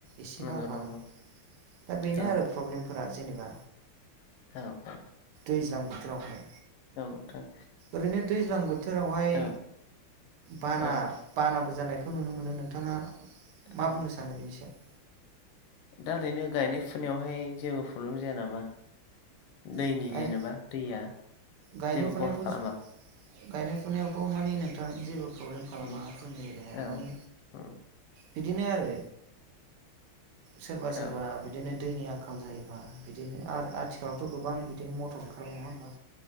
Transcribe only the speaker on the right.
एसे
बार बा
दा बेनो
आरो प्रब्लेम फोरा जेनेबा
दैज्लां बोथोरावहाय
ओरैनो दैज्लां बोथोरावहाय
बाना
बानाबो जानाय बखौ नुनो मोनो। नोंथाङा मा
बुंनो सानो बिनि सायाव?
सायाव
गायनाय
फुनायावथ'
गायनाय फुनायावथ' माने नोंथां जेबो प्रब्लेम खालामा
जोंनि एरियायाहाय
माने
बिदिनो आरो सोरबा
सोरबा बिदिनो दैनि आंखाल जायोबा बिदिनो आरो आथिखालावथ' गोबां बिदिनो मटर ओंखारबाय, नङा होमबा?